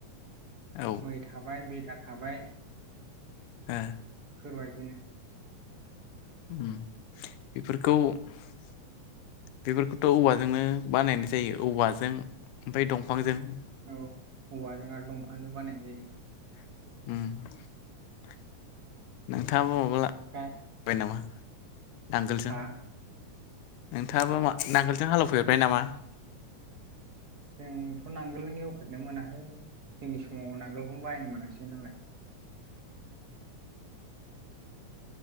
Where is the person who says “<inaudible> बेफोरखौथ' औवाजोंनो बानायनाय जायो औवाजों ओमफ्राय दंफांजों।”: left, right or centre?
Left